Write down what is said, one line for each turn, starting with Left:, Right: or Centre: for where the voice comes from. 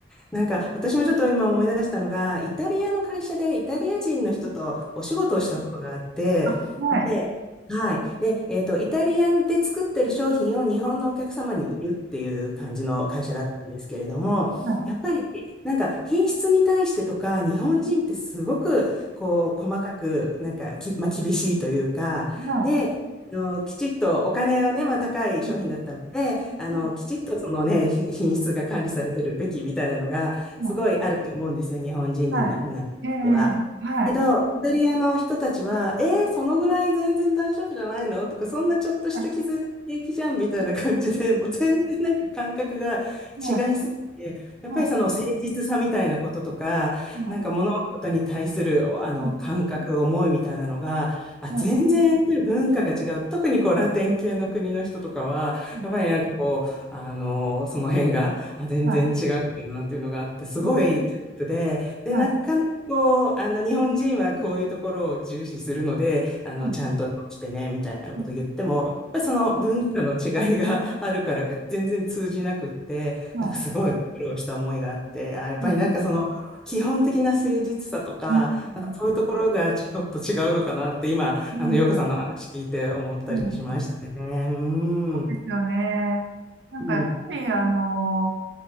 Centre: なんか私もちょっと今思い出したのが、イタリアの会社でイタリア人の人とお仕事をしたことがあって、
Right: はいはいはい
Centre: で、はい。で、えっと、イタリアンで作ってる商品を日本のお客様に売るっていう感じの会社だったんですけれども、
Right: は
Centre: やっぱりなんか品質に対してとか、日本人ってすごくこう細かく、なんかき、まあ、厳しいというか、
Right: いは
Centre: で、あの、きちっとお金をね、まあ、高い商品だったので、
Right: いはい
Centre: あの、
Right: は
Centre: きちっとそのね、ひ品質が管理されてるべきみたいなのが、
Right: いはい
Centre: すごいあると思うんですよ、日本人にな、
Right: はい。
Centre: なっては。
Right: ええはい。
Centre: けど、イタリアの人たちは、えー、そのぐらい全然大丈夫じゃないのとか、そんなちょっとした傷平気じゃんみたいな感じで、
Right: はい。
Centre: <laughs> もう全然なんか感覚が違いすぎて、
Right: はい。
Centre: やっぱりその誠実さみたいなこととか、
Right: はい。はい。
Centre: なんか物事に対するあの感覚、
Right: はい。う
Centre: 思いみたいなのが、あ、全然文化が違う。
Right: んはい。
Centre: 特にこうラテン系の国の人とかは、
Right: うん
Centre: やっぱりなんかこう、あの、その辺が、あ、全然違うんだなっていうのがあって、
Right: は
Centre: すごいギャップで、
Right: い。は
Centre: で、
Right: い。
Centre: なかなかこう、
Right: は
Centre: あの、日本人はこういうところを重視するので、あの、
Right: い。はい。
Centre: ちゃんと直してね、みたいなことを言っても、
Right: うん
Centre: やっぱりその文化の違いが <laughs> あるからか全然通じなくって、
Right: は
Centre: なんかすごい苦労した思いがあって、あ、やっぱりなんかその基本的な誠実さとか、
Right: い。うん。うん。う
Centre: なんかそういうところがちょっと違うのかなって今、
Right: ん。
Centre: あの、ヨ子さんの話聞いて思ったりしましたね。
Right: うん
Centre: うん。
Right: そうですよね。
Centre: う
Right: なんか、
Centre: ん。
Right: やっぱり、あの